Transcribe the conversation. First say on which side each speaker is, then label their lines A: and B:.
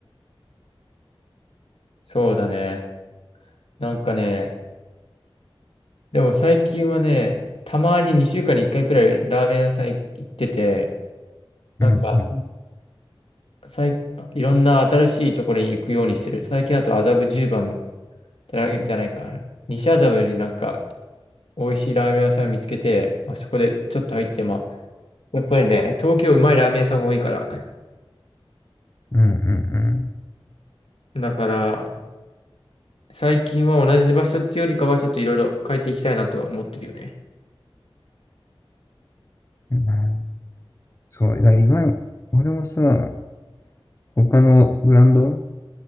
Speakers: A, on the left; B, on the left.
A: そうだね。なんかね、でも最近はね、たまに2週間に1回くらいラーメン屋さん行ってて、なんか、
B: うん、うん、
A: さいいろんな新しいところに行くようにしてる。最近だと麻布十番じゃない、じゃないか。西麻布になんか、美味しいラーメン屋さん見つけて、まあ、そこでちょっと入って、まやっぱりね、東京うまいラーメン屋さんが多いから。
B: うん、うん、
A: だから、最近は同じ場所っていうよりかは、ちょっといろいろ変えていきたいなとは思ってるよね。
B: うん。はいそう、だから今、俺もさ、他のブランド、